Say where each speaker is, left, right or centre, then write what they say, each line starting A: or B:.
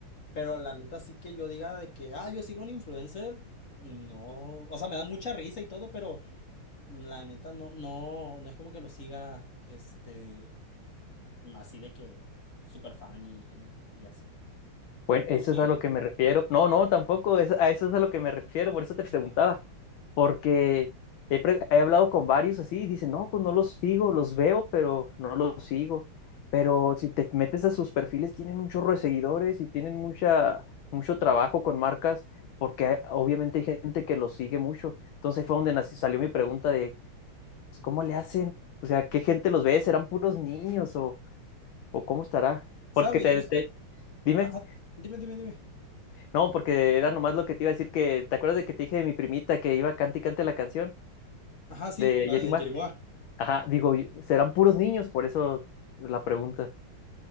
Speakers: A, on the left (about 35°); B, on the left (about 70°).
A: pero la neta sí que yo diga de que, ah, yo sigo a un influencer, no, o sea, me dan mucha risa y todo, pero la neta no, no, no es como que lo siga, este, así de que súper fan y, y- y así.
B: Bueno, eso
A: Yo sí.
B: es a lo que me refiero. No, no, tampoco, es- a eso es a lo que me refiero, por eso te preguntaba, porque he, pre- he hablado con varios así y dicen, no, pues no los sigo, los veo, pero no los sigo. Pero si te metes a sus perfiles, tienen un chorro de seguidores y tienen mucha, mucho trabajo con marcas, porque hay- obviamente hay gente que los sigue mucho. Entonces ahí fue donde nació- salió mi pregunta de, pues, ¿cómo le hacen? O sea, ¿qué gente los ve? ¿Serán puros niños o, o cómo estará?
A: ¿Sabes?
B: Porque te,
A: Yo, sí.
B: te- dime.
A: ajá, dime, dime, dime.
B: No, porque era nomás lo que te iba a decir que, ¿te acuerdas de que te dije de mi primita que iba cante y cante la canción
A: Ajá, sí,
B: de
A: la
B: Yerima.
A: de Jerimoa.
B: Ajá, digo, serán puros niños, por eso la pregunta.